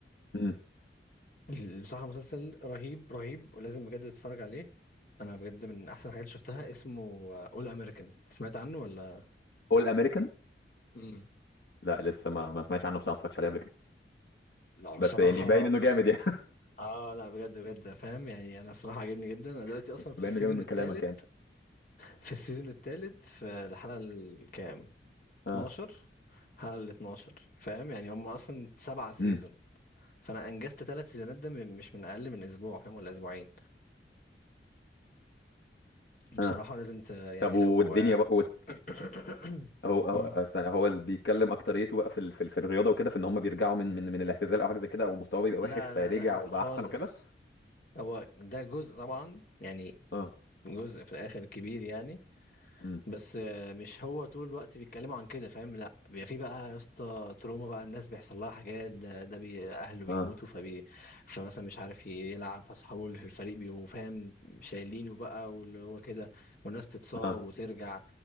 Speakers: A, on the left; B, on the left.
A: امم
B: ال- بصراحة مسلسل رهيب رهيب ولازم بجد تتفرج عليه أنا بجد من أحسن الحاجات اللي شفتها اسمه أول أمريكان سمعت عنه ولا؟
A: اول امريكان
B: امم
A: لا لسه ما ما سمعتش عنه بصراحه ما اتفرجتش عليه قبل كده
B: لا بصراحة
A: بس يعني باين انه جامد يعني
B: اه لا بجد بجد فاهم يعني انا بصراحة عجبني جدا انا دلوقتي
A: <laughs>
B: اصلا في
A: باين
B: السيزون
A: انه جامد من
B: الثالث
A: كلامك يعني
B: في السيزون الثالث في الحلقة الكام
A: اه
B: 12 حلقة ال 12 فاهم يعني هم اصلا سبعة سيزون
A: امم
B: فانا انجزت ثلاث سيزونات ده من- مش من اقل من اسبوع فاهم ولا اسبوعين بصراحة
A: اه
B: لازم ت... يعني
A: طب والدنيا
B: لو <clears throat> <coughs>
A: بقى وال- هو هو
B: مم.
A: استنى هو اللي بيتكلم اكتريته بقى في ال- في, ال- في الرياضه وكده في ان هم بيرجعوا من من من الاعتزال او حاجه زي كده او مستواه بيبقى
B: لا
A: وحش فيرجع
B: لا لا لا
A: وبقى
B: خالص
A: احسن وكده
B: هو ده جزء طبعا يعني
A: اه
B: جزء في الاخر كبير يعني
A: امم
B: بس آه، مش هو طول الوقت بيتكلموا عن كده فاهم لا بيبقى في بقى يا اسطى تروما بقى الناس بيحصل لها حاجات ده, ده بي اهله بيموتوا
A: اه
B: فبي فمثلا مش عارف يلعب فاصحابه اللي في الفريق بيبقوا فاهم شايلينه بقى واللي هو كده والناس تتصاب
A: اه
B: وترجع